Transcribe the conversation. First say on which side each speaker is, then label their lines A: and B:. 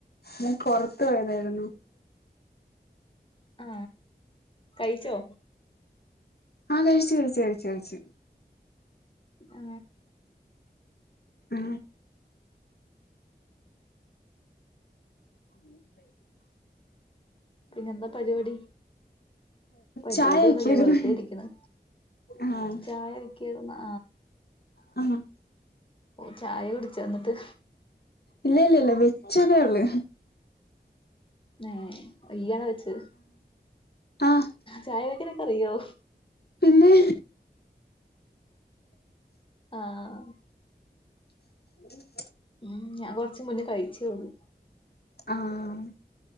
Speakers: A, on the left (about 70°); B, on the left (about 30°).
A: ഞൻ പുറത്ത് പോയതായിരുന്നു. അ
B: ആ കഴിച്ചോ?
A: ആ കഴിച്ചു കഴിച്ചു കഴിച്ചു കഴിച്ചു
B: ആ
A: ആ <unintelligible>
B: പിന്നെന്താ പരിപാടി പരിപാടിയൊന്നുല്ല
A: ചായ വെക്കായിരുന്നു
B: വെറുതെ ഇരിക്ക്ണ്
A: ആഹ്
B: ചായ ഒക്കിര് ന്നാ
A: ആ
B: ഓ ചായ കുടിച്ചോ അന്നിട്ട്
A: ഇല്ല ഇല്ല ഇല്ല വെച്ചതെള്ളൂ
B: ആഹ് നിയാണോ വെച്ചത്
A: ആഹ്
B: ചായ വെക്ക്ണ അറിയോ
A: പിന്നെ
B: ആഹ്
A: <inaudible>
B: ഉം ഞാൻ കൊറച്ച് മുന്നേ കഴിച്ചോളൂ
A: ആഹ്